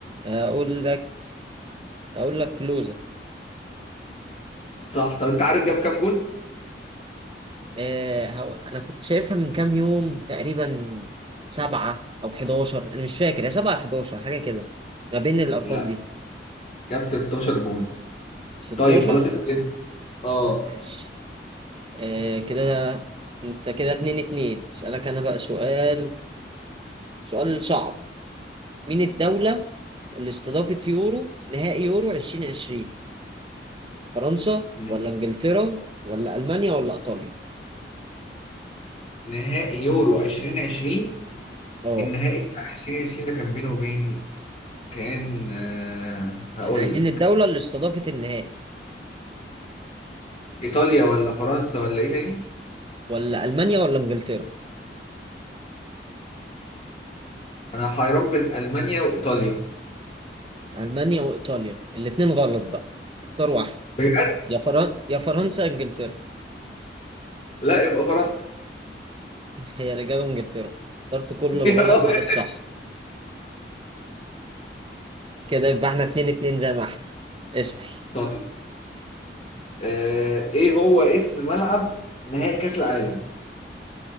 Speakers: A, on the right; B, on the left.
A: اقول لك اقول لك كلوزة
B: صح طب انت عارف جاب كام جون
A: آه هو... انا كنت شايفها من كام يوم تقريبا سبعة او 11 انا مش فاكر يا سبعة 11 حاجة كده ما بين الارقام
B: لا
A: دي
B: جاب 16 جون
A: 16
B: طيب خلاص اسال انت اه
A: ماشي آه كده انت كده اتنين اتنين اسألك انا بقى سؤال سؤال صعب مين الدولة اللي استضافت يورو نهائي يورو 2020 فرنسا
B: ن-
A: ولا انجلترا ولا المانيا ولا ايطاليا
B: نهائي يورو 2020
A: اه
B: النهائي بتاع 2020 ده كان بينه وبين كان آه هقول
A: احنا عايزين
B: لك
A: الدولة اللي استضافت النهائي
B: ايطاليا ولا فرنسا ولا ايه تاني
A: ولا المانيا ولا انجلترا
B: انا حيران بين المانيا وايطاليا
A: المانيا وايطاليا الاتنين غلط بقى اختار واحد
B: بجد
A: يا فرن... يا فرنسا انجلترا
B: لا يبقى فرنسا
A: <laughs> هي الاجابة انجلترا اخترت كل الغلط
B: <laughs> يا راجل
A: ما عدا الصح كده يبقى احنا اتنين اتنين زي ما احنا اسأل
B: طيب آه ايه هو اسم ملعب نهائي كاس العالم